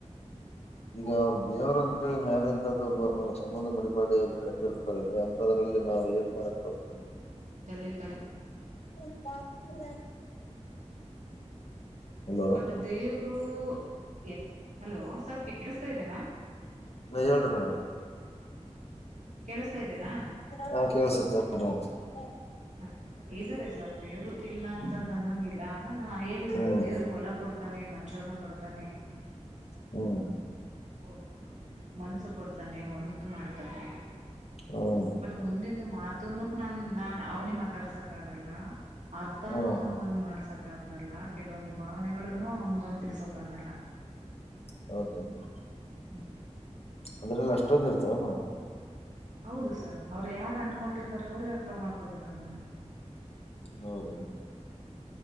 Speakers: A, on the left (about 55°); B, on the right (about 85°).
A: ಈಗ ಅವ್ರ ದೇವ್ರ ಅಂತೇಳಿ ಮೇಾಲ ಇದ್ದ್ದು ಒಬ್ಬ ಸಂಬಂಧ ಮಡಿಪಾ ಕಟ್ಟಿರ್ತಾರೆ ಅಂತದ್ರಲ್ಲಿ ಲ್ಲಿ ನಾವ ಏನ್ ಮಾಡಕ್ ಬರ್ತದ
B: ತಳ್ಳಿ ತಳ್ಳಿ
A: <unintelligible> ಹಲೋ
B: ಬಟ್ ದೇವರು ಯ ಹಲೋ ಸರ್ ಕೇಳಿಸ್ತಾ ಇದ್ದೇನಾ?
A: ನೀವ ಹೇಳ್ರಿ ಮೇಡಮ್
B: ಕೇಳಿಸ್ತಾ ಇದ್ದೇನಾ
A: ಹಾ ಕೇಳಸುತ್ತ <unintelligible>
B: ಹ ಇದಾರೆ ಸರ್ ದೇವ್ರು ಇಲ್ಲ ಅಂತಂದ ನಂಗಿಲ್ಲ ನಾನ ಹೇಳಿದ್ನಲ್ಲ
A: ಹ್ಮ್
B: ದೇವ್ರು ಹೊಲ ಕೊಡ ಕೊಡ್ತಾನೆ ಮಂಚೂರನ ಕೊಡ್ತಾನೆ
A: ಹ್ಮ್
B: ಓ ಮನ್ಸು ಕೊಡ್ತಾನೆ ಒಂದು ಮಾಡ್ತಾನೆ
A: ಹ್ಮ್
B: ಬಟ್ ಮುಂದಂದು ಮಾತನು ನನ್ ನಾ ಅವ್ನೇ ಮಾತಾಡ್ಸಕ್ ಆಗಲ್ಲ ಅರ್ಥನುೂ
A: ಹ್ಮ್
B: ಅವ್ನು ಬಂದ್ ಮಾಡ್ಸಕ ಗಲ್ಲ ಕೆಲವೊಂದು ಭಾವನೆಗಳಗಳನ್ನು ಅವನ್ ಬಂದ ತಿಳ್ಸೋಕ ಆಾಗಲ್ಲ
A: ಹೌದದುದು
B: ಹ್ಮ್
A: ಅಂದ್ರಲ್ಲಿ ಅಷ್ಟೊಂದ್ ಇರ್ತದೆ ಮೇಡಮ್
B: ಹೌದು ಸರ್ ಅವ್ರು ಯಾರು ಅಂಟ್ಕೊಂಡಿರ್ತಾರ ಅವ್ರೇ ಅರ್ಥ ಮಾಡ್ಕೊಬೇಕು ಅದನ್ನ
A: ಹೌದಟ